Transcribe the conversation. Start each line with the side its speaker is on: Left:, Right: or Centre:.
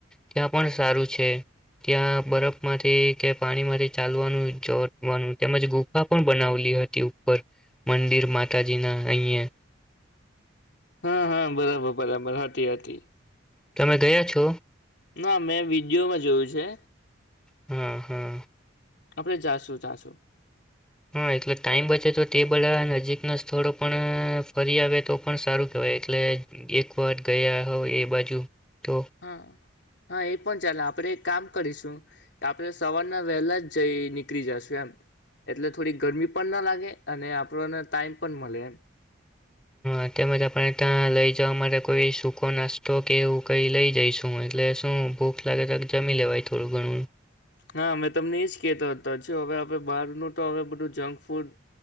Centre: ત્યાં પણ સારું છે ત્યાં બરફમાંથી કે પાણીમાંથી ચાલવાનું જોડવાનું તેમજ ગુફા પણ બનાવલી હતી ઉપર મંદિર માતાજીના અહી
Left: હા હા બરાબર બરાબર હતી હતી હતી
Centre: તમે ગયા છો
Left: ના મેં વિડીયોમાં જોયું છે
Centre: હમ હમ
Left: આપણેે જાશું જાશું.
Centre: હા એટલે ટાઈમ બચે તો તે બધા નજીકના સ્થળો પણ ફરી આવે તો પણ સારું કેહેવાય એટલે એક વાત ગયા હો એ બાજુ તો
Left: હા. હા એ પણ ચાલે આપણે એક કામ કરીશું આપણે સવારના વહેલા જ જઈ નીકળી જશું. એમ એટલે થોડી ગરમી પણ ના લાગે અને આપણને ટાઈમ પણ મળે એમ.
Centre: હ તેમજ આપને ત્યાં લઈ જવા માટે કોઈ સૂકો નાસ્તો કે એવુ કઈ લઈ જઈશું એટલે શું ભૂખ લાગે તો જમી લેવાય થોડું ઘણું.
Left: હા મેં તમને એજ કહેતા હતા હવે આપણે બહારનું તો હવે બધું જંક ફૂડ